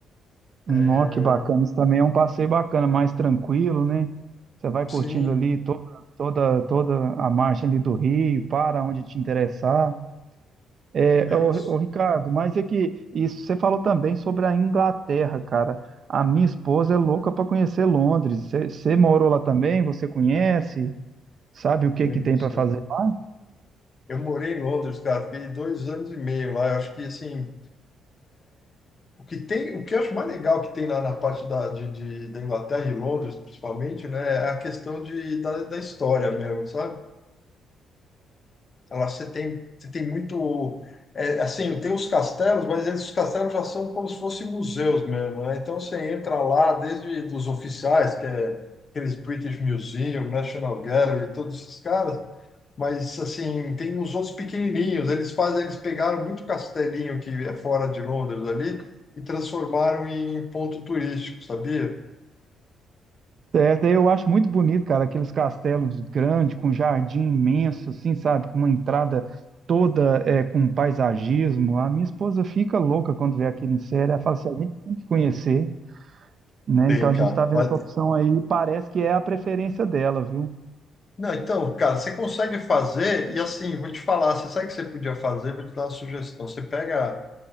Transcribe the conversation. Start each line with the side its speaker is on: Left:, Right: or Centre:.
Left: É,
Right: Nó, que bacana. Isso também é um passeio bacana, mais tranquilo, né? Você vai
Left: sim,
Right: curtindo ali toda, toda, toda a margem ali do rio, para onde te interessar. É,
Left: é
Right: ô,
Left: isso.
Right: ô, Ricardo, mas é que isso você falou também sobre a Inglaterra, cara. A minha esposa é louca para conhecer Londres. Você, você morou lá também? Você conhece? Sabe o que
Left: É
Right: que
Left: isso,
Right: tem para fazer
Left: cara.
Right: lá?
Left: Eu morei em Londres, cara, fiquei dois anos e meio lá. Eu acho que, assim, O que tem, o que eu acho mais legal que tem na, na parte da, de, de- da Inglaterra e Londres, principalmente, né, é a questão de, da, da história mesmo, sabe? ela você tem, você tem muito, é, assim, tem os castelos, mas eles, os castelos já são como se fossem museus mesmo, né? Então você entra lá, desde dos oficiais, que é aqueles British Museum, National Gallery, todos esses caras, mas assim, tem uns outros pequenininhos. Eles fazem, eles pegaram muito castelinho que é fora de Londres ali e transformaram em ponto turístico, sabia?
Right: Certo, eu acho muito bonito, cara, aqueles castelos grandes, com jardim imenso, assim, sabe? Com uma entrada toda é, com paisagismo. A minha esposa fica louca quando vê aquilo em série. Ela fala assim, a gente tem que conhecer, né?
Left: Tem,
Right: Então a
Left: cara.
Right: gente está vendo
Left: Mas-
Right: essa opção aí e parece que é a preferência dela, viu?
Left: Não, então, cara, você consegue fazer e assim, vou te falar, você sabe o que você podia fazer? Vou te dar uma sugestão. Você pega